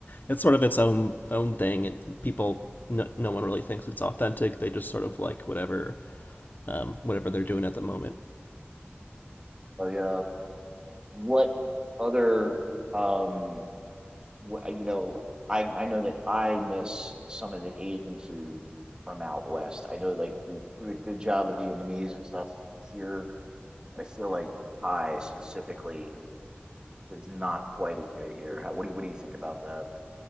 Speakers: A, on the left (about 45°); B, on the right (about 20°).
A: it's sort of its own own thing, and people no, no one really thinks it's authentic. They just sort of like whatever um, whatever they're doing at the moment.
B: But uh, what other um, wh- uh, you know, I I know that I miss some of the Asian food from out west. I know like we do a good job of Vietnamese and stuff here, but I feel like Thai specifically is not quite as good here. How, what do you what do you think about that?